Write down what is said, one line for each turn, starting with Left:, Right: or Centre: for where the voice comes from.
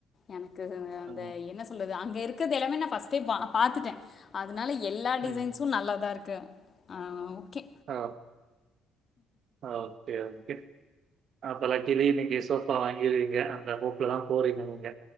Left: எனக்கு அந்த
Right: ஆ.
Left: என்ன சொல்றது அங்க இருக்கது எல்லாமே நா ஃபஸ்ட்டே பா பாத்துட்டேன் அதுனால எல்லா
Right: ம்.
Left: டிசைன்சும் நல்லா தா இருக்கு ஆ ஓகே
Right: அ அ ஓகே ஓகே அப்பலா கிளி இன்னிக்கு சோஃபா வாங்கிருவிங்க அந்த ஹோப்ல தான் போறிங்க நீங்க